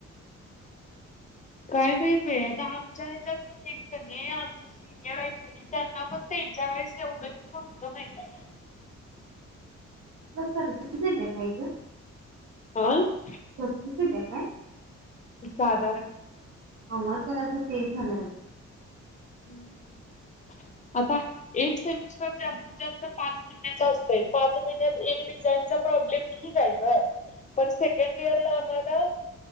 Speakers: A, on the left; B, on the right.
A: काय माहित बाई, आता आमच्या ह्याच्यात पण नीट क नाही सिनियर आहेत क नाही त्यांना पण त्यांच्यावेळेस एवढं हे नव्हतं माहिताय?
B: तुला सर्दी झाल्या काय? ग?
A: अ
B: सर्दी झाल्या काय?
A: साधारण.
B: आवाज जरासं चेंज झालाय अगं.
A: हम्म. आता एक सेमिस्टर जास्तीत जास्त पाच महिन्याचा असतोय पाच महिन्यात एक डिझाईनचा प्रॉब्लेम ठीक आहे गं, पण सेकंड इयरला मला